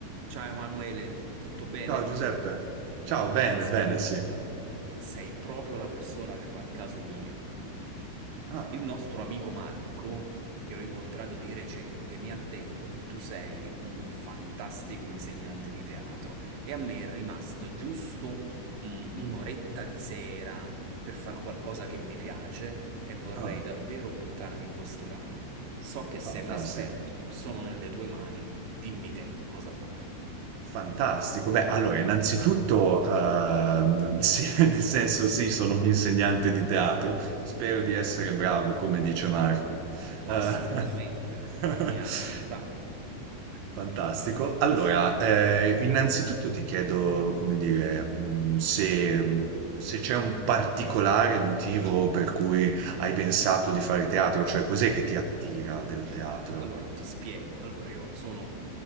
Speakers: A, on the right; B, on the right.
A: Ciao Emanuele, tutto bene?
B: Ciao Giuseppe, ciao, bene,
A: Ascolta,
B: bene, sì.
A: sei proprio la persona che fa caso mio.
B: Ah,
A: Il nostro amico Marco, che ho incontrato di recente, mi ha detto che tu sei un fantastico insegnante di teatro e a me è rimasta giusto, mm, un'oretta di sera per far qualcosa che mi piace e vorrei
B: ah,
A: davvero buttarmi in questo campo. So che sei
B: fantastico,
A: un esperto, sono nelle tue mani, dimmi te cosa fare.
B: fantastico. Beh, allora, innanzitutto, ehm, sì, <laughs> nel senso sì, sono un insegnante di teatro, spero di essere bravo, come dice Marco.
A: ma
B: Eh,
A: assolutamente
B: <laughs>
A: mi ha assicurato.
B: Fantastico. Allora, eh, innanzitutto ti chiedo, come dire, mh, se, se c'è un particolare motivo per cui hai pensato di fare teatro, cioè cos'è che ti attira del teatro?
A: Allora, ti spiego. Allora, io sono